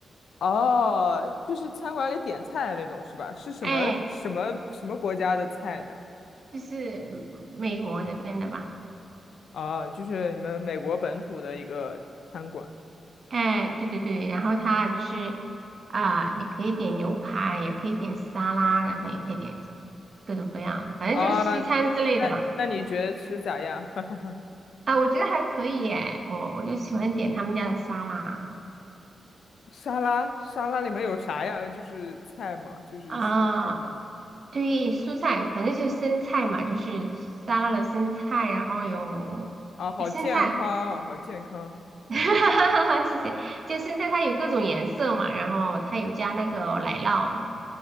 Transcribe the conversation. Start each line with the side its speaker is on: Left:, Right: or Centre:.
Left: 哦，就是餐馆里点菜的那种是吧？是什么什么什么国家的菜呢？
Right: 哎，就是嗯美国这边的吧。
Left: 啊，就是你们美国本土的一个餐馆
Right: 哎，对对对，然后它就是啊、你可以点牛排，也可以点沙拉，然后也可以点各种各样的，反正就是西餐之类的吧。
Left: 啊。嗯，那那你觉得吃咋样？<laughs>
Right: 啊，我觉得还可以耶，我我就喜欢点他们家的沙拉
Left: 沙拉沙拉里面有啥呀？就是菜吗？就是蔬菜吗？
Right: 啊，对，蔬菜，反正就是生菜嘛，就是沙拉的生菜，然后有啊生菜，
Left: 啊，好健康啊好健康。
Right: <laughs> 哈哈哈谢谢，就生菜它有各种颜色嘛，然后它有加那个奶酪，